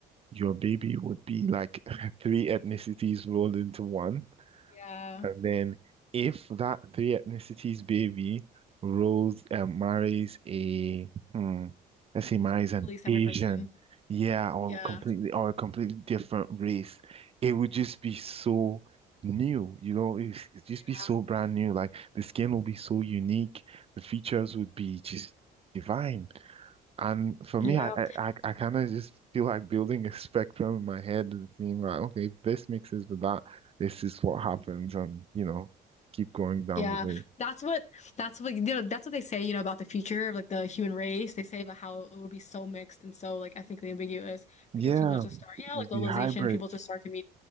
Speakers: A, on the right (about 35°); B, on the left (about 45°).
A: your baby would be like <laughs> three ethnicities rolled into one.
B: Yeah.
A: And then if that three ethnicities baby rolls and marries a hmm, let's say marries
B: Completely
A: an
B: separate
A: Asian,
B: person.
A: yeah, or
B: Yeah.
A: completely or a completely different race, it would just be so new, you know, it's, it'd just
B: Yeah.
A: be so brand new. Like the skin will be so unique, the features would be just divine. And for
B: Yeah.
A: me, I I, I I kind of just feel like building a spectrum in my head and seeing like, okay, if this mixes with that, this is what happens, and you know, keep going down
B: Yeah.
A: the way.
B: That's what that's what you know, that's what they say, you know, about the future of like the human race. They say about how it will be so mixed and so like ethnically ambiguous
A: Yeah,
B: because people just start, yeah,
A: will
B: like
A: be
B: globalization,
A: hybrid.
B: people just start to meet.